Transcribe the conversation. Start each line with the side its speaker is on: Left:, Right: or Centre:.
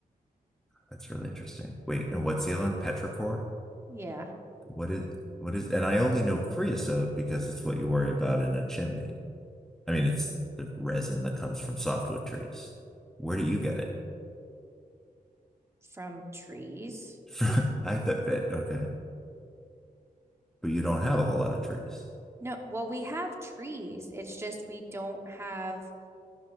Centre: That's really interesting. Wait, and what's the other one? Petrichor?
Right: Yeah,
Centre: What is what is and I only know creosote because it's what you worry about in a chimney. I mean, it's the resin that comes from softwood trees. Where do you get it?
Right: from trees.
Centre: <laughs> I thought that, okay. But you don't have a whole lot of trees.
Right: No, well, we have trees. It's just we don't have